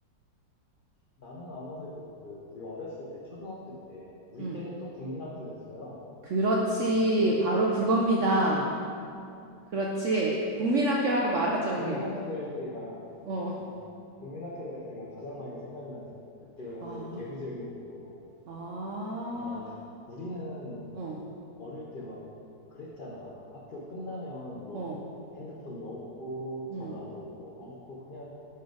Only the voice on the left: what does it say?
나는 아무래도 그 왜 우리 어렸을 때, 초등학교 때, 우리
때는 또 국민학교였어요.
그치.
어,
국민학교
다닐 때가,
어, 국민학교 다닐 때가 가장 많이 생각나지. 그때 완전히
개구쟁이였고,
막, 우리는
어릴 때 막 그랬잖아. 학교 끝나면 뭐,
핸드폰도 없고,
전화도 뭐 없고, 그냥